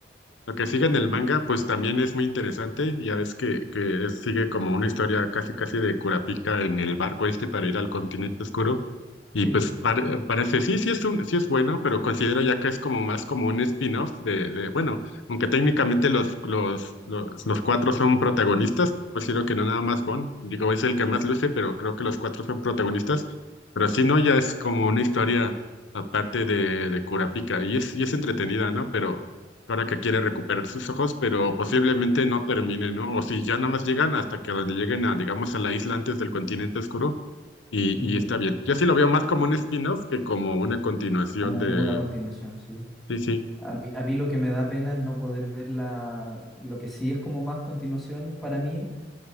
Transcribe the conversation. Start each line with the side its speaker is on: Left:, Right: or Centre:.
Left: lo que sigue en
Centre: Sí,
Left: el manga, pues también es muy interesante, ya ves que, que sigue como una historia casi casi de Kurapika en el barco este para ir al continente oscuro. Y
Centre: sí.
Left: pues pare- parece, sí, sí es un, sí es bueno, pero considero ya que es como más como un spin-off de, de, bueno, aunque técnicamente los, los, los, los cuatro son protagonistas, considero que no nada más Gon, digo, es el que más luce, pero creo que los cuatro son protagonistas, pero si no, ya es como una historia aparte de, de Kurapika, y es, y es entretenida, ¿no? Pero ahora que quiere recuperar sus ojos, pero posiblemente no termine, ¿no? O si ya nada más llegan hasta que donde lleguen a, digamos, a la isla antes del continente oscuro y,
Centre: mm,
Left: y está bien. Yo sí lo veo más como un spin-off que como una continuación
Centre: Como,
Left: de...
Centre: como una continuación, sí.
Left: Sí, sí.
Centre: A mí, a mí lo que me da pena es no poder ver la, lo que sí es como más continuación para mí